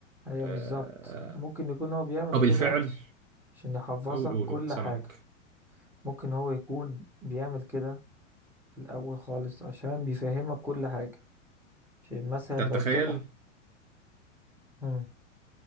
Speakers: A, in the centre; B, on the right.
A: ايوه
B: آه،
A: بالظبط ممكن
B: آه،
A: يكون هو بيعمل
B: او
A: كده
B: بالفعل
A: علش- عشان يحفظك
B: قول قول
A: كل
B: قول سمعك
A: حاجة ممكن هو يكون بيعمل كده في الأول خالص عشان بيفهمك كل حاجة عشان مثلا
B: طب
A: لو
B: تخيل
A: طلع امم